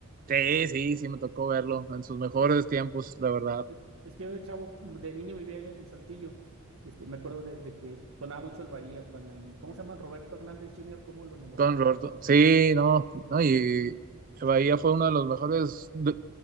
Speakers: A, on the right (about 40°); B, on the right (about 70°).
A: sí, sí, sí me tocó verlo en sus mejores
B: Es,
A: tiempos, la verdad.
B: es- es que yo de chavo, de niño vivía en, en Saltillo. Este, me acuerdo de, de que sonaba mucho el Bahía con el, ¿cómo se llama? Roberto Hernández Jr., ¿cómo lo nombraba
A: Con Roberto.
B: el Bahía?
A: Sí, no, no, y Bahía fue uno de los mejores de-